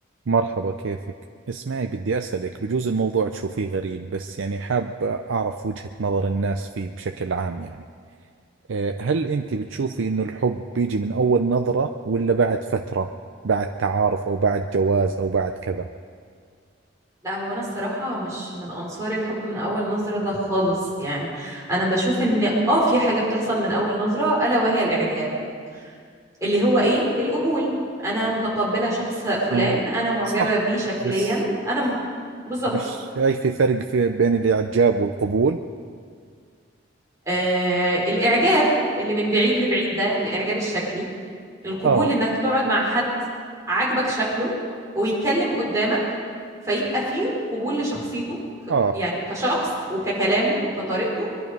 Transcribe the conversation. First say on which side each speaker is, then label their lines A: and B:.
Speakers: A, on the right (about 80°); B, on the right (about 15°).
A: مرحبا كيفك؟ اسمعي بدي أسألك بجوز الموضوع تشوفيه غريب بس يعني حاب أعرف وجهة نظر الناس فيه بشكل عام يعني أه، هل أنت بتشوفي إنه الحب بيجي من أول نظرة ولا بعد فترة بعد تعارف أو بعد جواز أو بعد كذا؟
B: لا هو انا الصراحه مش من انصار الحب من اول نظره ده خالص يعني انا بشوف ان اه في حاجه بتحصل من اول نظره الا وهي الاعجاب اللي هو ايه القبول انا متقبله شخص فلان
A: ما هو
B: انا معجبه
A: صح
B: بيه شكليا
A: بس
B: انا م... بالظبط
A: مش شايفة فرق في بين الإعجاب والقبول؟
B: آه الاعجاب اللي من بعيد لبعيد ده الاعجاب الشكلي القبول
A: آه
B: انك تقعد مع حد عاجبك شكله ويتكلم قدامك فيبقى فيه قبول لشخصيته ك-
A: آه
B: يعني كشخص وككلامه وكطريقته